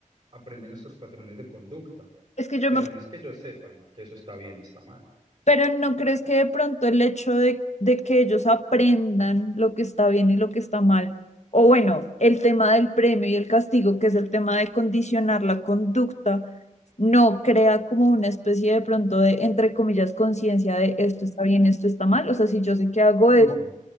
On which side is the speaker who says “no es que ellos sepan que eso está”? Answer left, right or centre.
Right